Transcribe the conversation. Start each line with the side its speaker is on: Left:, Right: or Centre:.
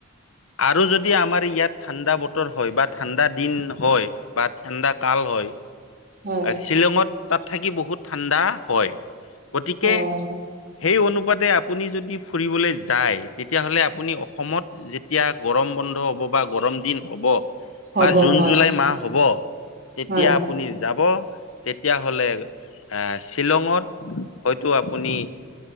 Left: আৰু যদি আমাৰ ইয়াত ঠাণ্ডা বতৰ হয় বা ঠাণ্ডা দিন হয়। বা ঠাণ্ডা কাল হয়
Right: হয়
Left: শ্বিলঙত তাত থাকি বহুত ঠাণ্ডা হয় গতিকে
Right: হয়
Left: সেই অনু আপুনি যদি ফুৰিবলৈ যায় তেতিয়াহ'লে আপুনি অসমত এতিয়া গৰম বন্ধ হব বা গৰম দিন হব।
Right: হ'ব
Left: বা জুন
Right: হয়
Left: জুলাই মাহ হ'ব তেতিয়া
Right: হয়
Left: আপুনি তেতিয়াাহলে এ শ্বিলঙত হয়তো আপুনি